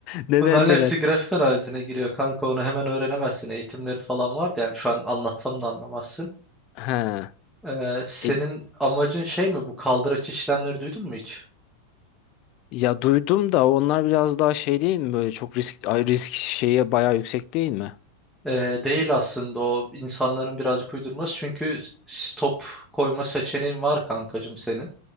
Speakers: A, on the left; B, in the centre.
A: Neden
B: Bunların
A: neler?
B: hepsi grafik analizine giriyor kanka onu hemen öğrenemezsin. Eğitimleri falan vardı yani şu an anlatsam da anlamazsın.
A: Ha.
B: Ee, senin
A: E,
B: amacın şey mi bu kaldıraç işlemleri duydun mu hiç?
A: ya duydum da onlar biraz daha şey değil mi? Böyle çok risk ay, risk şeye bayağı yüksek değil mi?
B: Ee, değil aslında o insanların birazcık uydurması çünkü stop koyma seçeneğin var kankacığım senin.